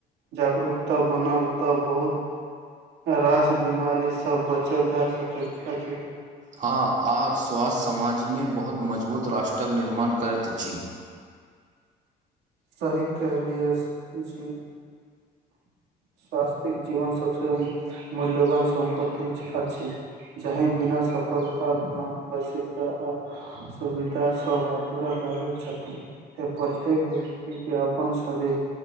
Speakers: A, on the right; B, on the right.
A: जागरूकता बनल तऽ बहुत रास बिमारीसँ बचल जा सकैत अछि
B: हँ आ स्वास्थ्य समाजमे बहुत मजबूत राष्ट्रक निर्माण करैत अछि
A: सही कहलियै जी स्वासथिक जीवन ससे मूल्यवान सम्पत्ति आ छी जहय बिना सफलता धन असिधा आ सुविधा सब आधार लागे छथि प्रत्येक व्यक्ति के अपन शरीर